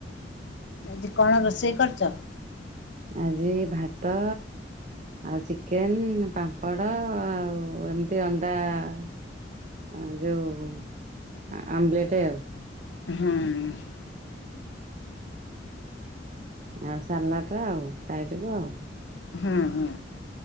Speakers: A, on the left; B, on the right.
A: ଆଜି କଣ ରୋଷେଇ କରିଛ?
B: ଆଜି ଭାତ ଆଉ ଚିକେନ ପାମ୍ପଡ଼ ଆଉ ଏମିତି ଅଣ୍ଡା ଆ ଯୋଉ ଆ ଆମ୍ଲେଟ ଆଉ।
A: ହୁଁ।
B: ଆଉ ସାଲାଟ ଆଉ ସାଇଟକୁୁ ଆଉ।
A: ହୁଁ ଉଁ।